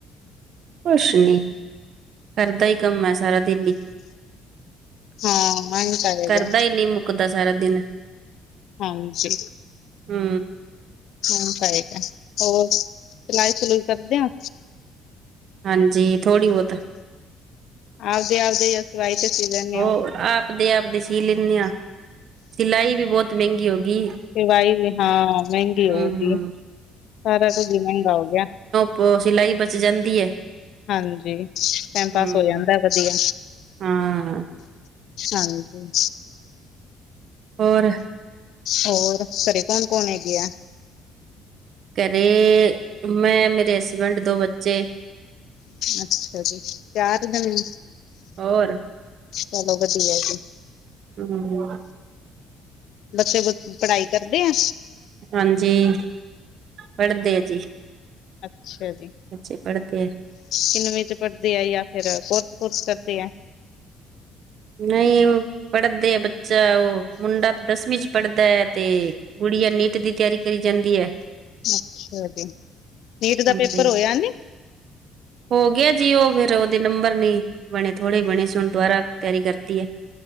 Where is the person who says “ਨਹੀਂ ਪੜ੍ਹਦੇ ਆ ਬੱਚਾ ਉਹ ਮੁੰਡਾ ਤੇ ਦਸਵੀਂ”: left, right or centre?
Right